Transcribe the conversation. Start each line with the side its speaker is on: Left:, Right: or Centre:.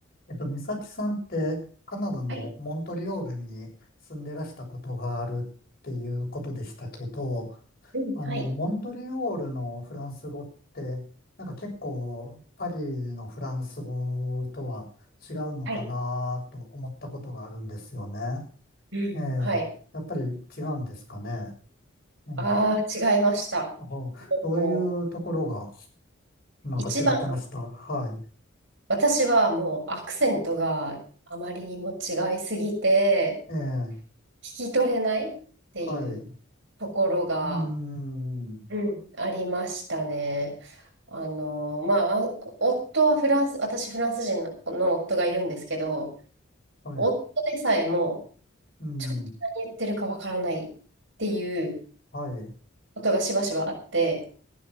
Left: えっと、美咲さんってカナダのモントリオールに住んでらしたことがあるっていうことでしたけど、
Right: はい。うん、
Left: あの、
Right: はい。
Left: モントリオールのフランス語って、なんか結構パリのフランス語とは違うのかなと思ったことがあるんですよね。
Right: はい。うん、
Left: ええ、
Right: はい。
Left: やっぱり違うんですかね。ええ、
Right: ああ、違いました。
Left: あどういうところが
Right: もう、
Left: なんか違ってました。
Right: 一番、
Left: はい。
Right: 私はもうアクセントがあまりにも違いすぎて、
Left: ええ、
Right: 聞き取れないっていう
Left: はい。う
Right: ところが、
Left: ーん、
Right: うん、ありましたね。あの、まあ、あ夫はフランス、私フランス人のの夫がいるんですけど、
Left: はい。
Right: 夫でさえも、
Left: うん。
Right: ちょっと何言ってるかわからないっていう
Left: はい。
Right: ことがしばしばあって、